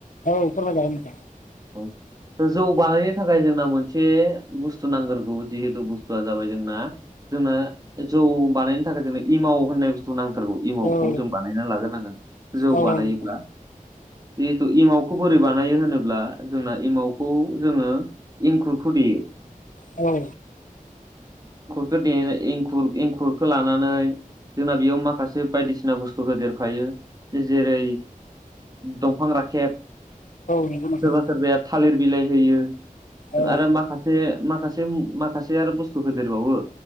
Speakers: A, on the left (about 65°); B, on the right (about 25°).
A: औ फोरमायजागोन नोंथां
B: औ जौ बानायनो थाखाय जोंना मोनसे बुस्थु नांग्रोगौ जिहेथु बुस्थुआ जाबाय जोंना जोंनो जौ बानायनो थाखाय जोंनो इमाव होननाय बुस्थुखौ नां थारगौ इमावखौ
A: औ
B: जों बानायना लाग्रोनांगोन जौ
A: औ औ
B: बानायोब्ला
A: नोंथां
B: जिहेथु एमावखौ बोरै बानायो होनोब्ला जोंना एमावखौ जोङो एंखुरखौ देयो
A: औ
B: बेखौ दे एंखुर एंखुरखौ लानानै जोंना बेयाव माखासे बायदिसिना बुस्थुफोर होदेरफायो जेरै दंफां राखेब
A: नंगौ थारैनो
B: सोरबा सोरबाया थालिर बिलाइ होयो
A: औ
B: आरो माखासे माखासे माखासे आरो बुस्थु होदेरबावो